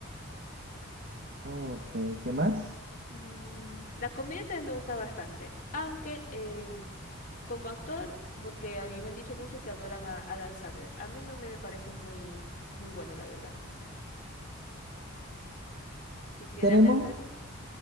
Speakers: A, on the right; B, on the left.
A: Ok, ¿qué más?
B: Mm, la comedia también me gusta bastante, aunque eh, como actor, porque a mí me han dicho muchos que adoran a Adam Sandler. A mí no me parece muy, muy bueno, la verdad. Así que
A: Tenemos,
B: de Adam Sandler,